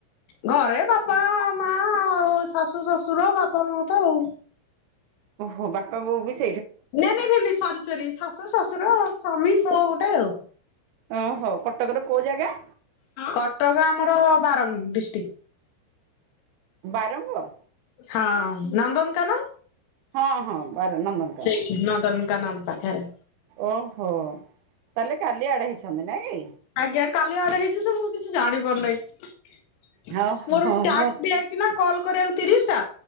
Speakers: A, on the left; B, on the right.
A: ଘରେ ବାପା ମା ଆଉ ଶାଶୁ ଶଶୁର ବାପା ମା ତ ଆଉ।
B: ଓ ହୋ ବାପା ବୋଉ ବି ସେଥିରେ।
A: ନାଇଁ ନାଇଁ ନାଇଁ ସରି ସରି ଶାଶୁ ଶ୍ୱଶୁର ସ୍ୱାମୀ ପୁଅ ଗୋଟେ ଆଉ।
B: ଓ ହୋ କଟକର କୋଉ ଜାଗା
A: କଟକ ଆମର ବାରଙ୍ଗ ଡିଷ୍ଟ୍ରିକଟ।
B: ବାରଙ୍ଗ?
A: ହଁ ନନ୍ଦନକାନ
B: ହଁ ହଁ ବାର ନନ୍ଦନକାନନ
A: ସେଇ ନନ୍ଦନ କାନନ ପାଖରେ
B: ଓହୋ ତାହେଲେ କାଲି ଆଡ ହେଇଛନ୍ତି ନାଇଁ। କି?
A: ଆଜ୍ଞା କାଲି ଆଡେ ହେଇଛି ସେ ମୁଁ କିଛି ଜାଣି ପାରୁନାହିଁ।
B: ହଁ
A: ମୋର
B: ହଁ
A: ଟ୍ୟାକ୍ସ
B: ମୁଁ
A: ଦିଆଯାଇଚି ନା କଲ୍ କରିବାକୁ ତିରିଶିଟା